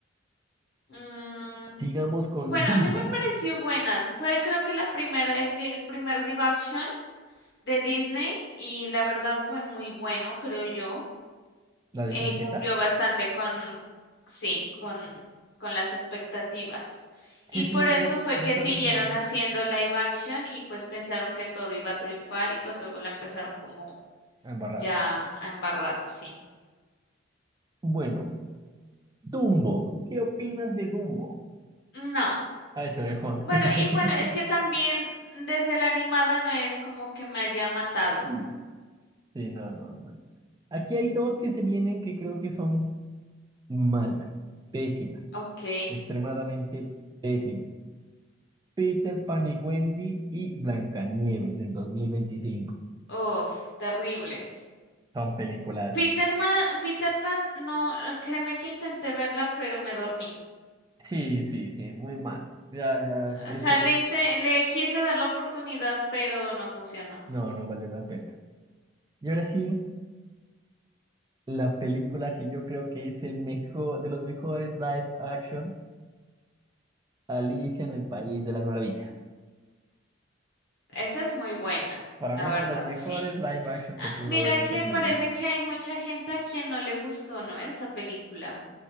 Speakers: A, on the left; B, on the right.
A: Mm,
B: Sigamos con
A: bueno,
B: Dumbo,
A: a mí me pareció buena. Fue creo que la primera, el, el primer live action de Disney y la verdad fue muy bueno, creo yo.
B: la de
A: Eh,
B: Cenicienta.
A: cumplió bastante con, sí, con, con las expectativas. Y
B: Sí, es
A: por
B: que yo,
A: eso
B: yo,
A: fue
B: yo
A: que
B: creo
A: siguieron
B: que también.
A: haciendo live action y pues pensaron que todo iba a triunfar y pues luego la empezaron como
B: a Embarrar.
A: ya a embarrar, sí.
B: Bueno, Dumbo, ¿qué opinas de Dumbo?
A: No.
B: Ah, ese orejón.
A: Bueno,
B: <laughs>
A: y bueno, es que también desde la animada no es como que me haya matado.
B: Sí. Sí, no, no, no. Aquí hay dos que se vienen que creo que son malas, pésimas,
A: Ok.
B: extremadamente pésimas. Peter Pan y Wendy y Blancanieves del 2025.
A: Uf, terribles.
B: Son películas.
A: Peter Ma- Peter Pan, no, eh, créeme que intenté verla, pero me dormí.
B: Sí, sí, sí, muy malas. Ya, ya, ese
A: O sea, le, inte- le quise dar la oportunidad, pero no funcionó.
B: no, no valió la pena. Y ahora sí, la película que yo creo que es el mejor, de los mejores live action, Alicia en el País de las Maravillas.
A: Esa es muy buena,
B: Para
A: la
B: mí es
A: verdad,
B: de los mejores
A: sí.
B: live action
A: Ah,
B: que pudo
A: Mira
B: haber hecho
A: que
B: Disney.
A: parece que hay mucha gente a quien no le gustó, ¿no? Esa película.